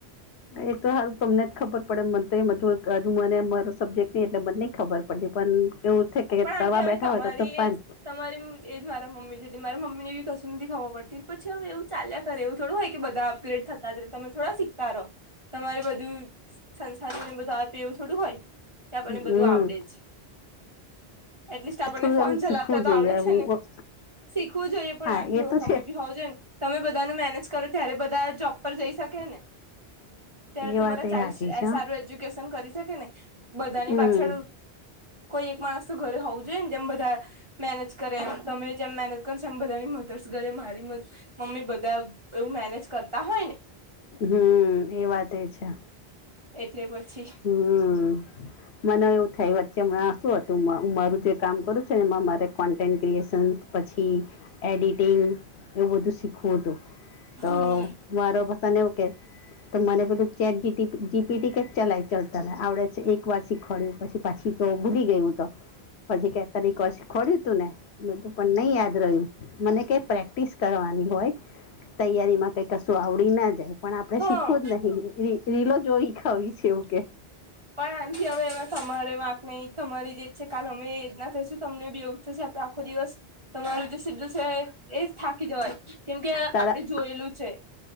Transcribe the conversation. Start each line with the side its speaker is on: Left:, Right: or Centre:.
Left: એ તો હાલ તમને જ ખબર પડે મને તો હજુ મને મારો સબ્જે્ટ નહી એટલે મને નહી ખબરે. પણ એવું થ કે
Right: પણ
Left: કરવા
Right: આંટી હવે
Left: બેઠા
Right: તમારી
Left: હોય તો ફક્ત
Right: એજ
Left: એમ
Right: તમારી એ જ મારા મમ્મી છે મારી મમ્મીને એવી કશું નથી ખબર પડતી પછી હવે એવું ચાલ્યા એવ થોડુ હોય કે બધા અપગ્રેડ થતા જ રે તમે થોડા શીખતા રહો. તમારે બધું સંસાર બધું આવડું થોડું હોય કે આપણને
Left: હમ
Right: બધું આવડે જ. એટલીસ્ટ આપણને
Left: થોડું
Right: ફોન
Left: આમ શીખવું
Right: ચલાવતા
Left: જોઈએ
Right: તો આવડે
Left: હું
Right: છે ને. શીખવું જોઈએ પણ
Left: હા
Right: આ કે
Left: તો
Right: એ સમય
Left: છે
Right: બી હોવો જોઇયેને તમે બધાનું મેનેજ કરો ત્યારે બધા જોબ પર જઈ શકે ને. ત્યારે
Left: એ
Right: તમારા
Left: વાત એ સાચી
Right: <unintelligible>
Left: છે
Right: સારું એજ્યુકેશન કરી શકે ને બધાની
Left: હમ
Right: પાછળ કોઈ એક માણસ તો ઘરે હોવું જોઈએ ને. જેમ બધા મેનેજ કરે એમ તમે જેમ મેનેજ કરો છો એમ બધાની મધર્સ કરે મારી મમ્મી બધા એવું મેનેજ કરતા હોય ને.
Left: હમ એ વાત એ છે.
Right: એટલે પછી
Left: હમ, મને એવું થાય વચ્ચે હમણાં શું હતું. મારું જે કામ કરું છુંને એમાં મારે કોન્ટેન્ટ ક્રિએશન પછી એડિટિંગ એવું બધું શીખવું હતું. તો
Right: હમ
Left: મારો બધાને ઓકે તો મને બોલું ચેટ જીપીટી ચઢતા ને આવડે એક વાર શીખવાડ્યું પછી પાછી તો ભૂલી ગઈ હું તો પછી કે તને એક પછી ખોડ્યું તું ને તું પણ નહી યાદ રહ્યું મને ક પ્રેક્ટિસ કરવાની હોય. તૈયારી માં કંઈ કશું આવડી ન જાય. પણ આપણે
Right: હા
Left: શીખવું જ નહી રીલો જોવી ખાવી છે એવું કે.
Right: પણ આન્ટી હવે એમાં તમારે વાક નહી. તમારી જે છે કાલ અમે ના થઈશું તમને બી એવું થશે આખો દિવસ તમારું સીધું સાહેબ એ જ થાકી જવાય કેમ કે આપડે
Left: તારા
Right: જોયેલું છે.